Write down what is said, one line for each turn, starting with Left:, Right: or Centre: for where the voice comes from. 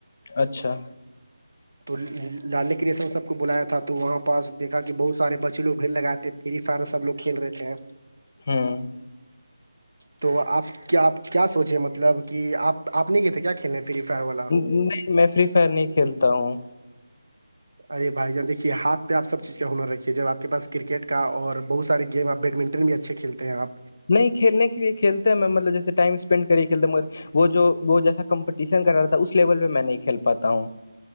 Left: اچھا
Right: تو لالے کے جیسے سب کو بلایا تھا تو وہاں پاس دیکھا کہ بہت سارے بے کچ لوگ بھیڑ لگاتے فری فائر سب لوگ کھیل رہےتے ہیں
Left: ہوں
Right: تو آپ کیا آپ کیا سوچے مطلب کہ آپ آپ نے کہ تھے کیا کھیلنے فری فائر والا
Left: نہیں میں فری فائر نہیں کھیلتا ہوں
Right: ارے بھائی جان دیکھیے ہات پہ آ سب چیز کا ہنر رھیے ج آپ کے پا کرکٹ کا اور بہت سارے گی آپ بیڈمنٹن ٹ بھی اچھے کھیلتے ہیں آپ
Left: نہیں کھیلنے کے لی کھیلتے ہیں میں مطلب جیسے ٹائمپینڈ کر کے کھیلتا مگر وہ جو وہ جیسا کمپٹیشن کر رہا تھا اس لیول پہ میں نہیں کھیل پاتا ہوں